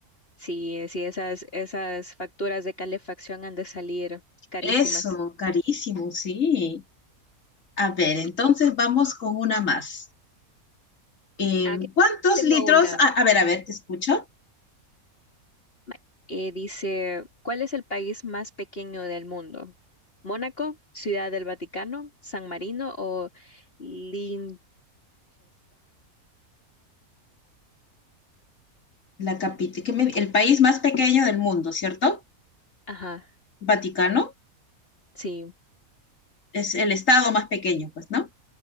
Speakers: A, on the left; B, on the left.
A: Sí, sí, esas, esas facturas de calefacción han de salir carísimas.
B: Eso, carísimo, sí. A ver,
A: Sí,
B: entonces vamos con una más. Eh,
A: aquí
B: ¿cuántos
A: tengo
B: litros?
A: una.
B: A, a ver, a ver, te escucho.
A: Ma- eh, dice, ¿cuál es el país más pequeño del mundo? ¿Mónaco, Ciudad del Vaticano, San Marino o Liechtenstein?
B: La capi- que me- el país más pequeño del mundo, ¿cierto?
A: Ajá,
B: Vaticano
A: sí.
B: es el estado más pequeño, pues, ¿no?